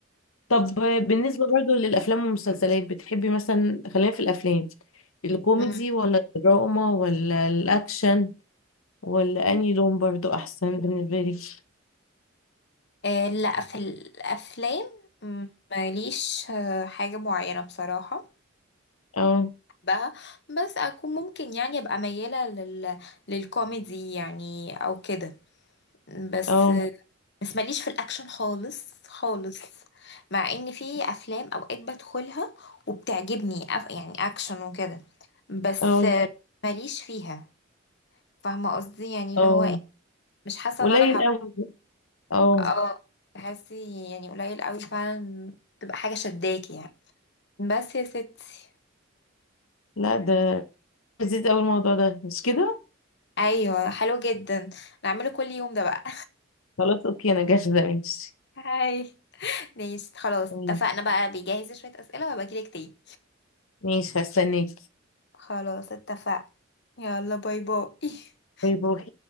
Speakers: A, on the left; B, on the left.
A: طب بالنسبة برضو للأفلام والمسلسلات بتحبي مثلا خلينا في الأفلام الكوميدي
B: مم.
A: ولا الدراما ولا الأكشن ولا أنهي لون برضو أحسن بالنسبة لك
B: آه، لا في الافلام مم، ماليش آه، حاجه معينه بصراحه
A: اه
B: بقى بس اكون ممكن يعني ابقى مياله لل... للكوميدي يعني او كده بس
A: اه
B: بس ماليش في الاكشن خالص خالص مع ان في افلام اوقات بدخلها وبتعجبني أف... يعني اكشن وكده بس
A: اه
B: آه، ماليش فيها فاهمة قصدي يعني اللي
A: اه
B: هو ايه مش حاسة
A: قليل
B: ان انا هبقى
A: أوي اه
B: اه تحسي يعني قليل قوي فعلا تبقى حاجة شداكي يعني بس يا ستي
A: لا ده لذيذ أوي الموضوع ده مش كده؟
B: ايوه حلو جدا نعمله كل يوم ده بقى
A: خلاص أوكي أنا جاهزة ماشي
B: <laughs> هاي ماشي خلاص
A: تمام.
B: اتفقنا بقى بيجهز شوية اسئلة وهبقى اجيلك تاني
A: ماشي هستناك
B: خلاص اتفقنا يلا باي باي <laughs>
A: باي باي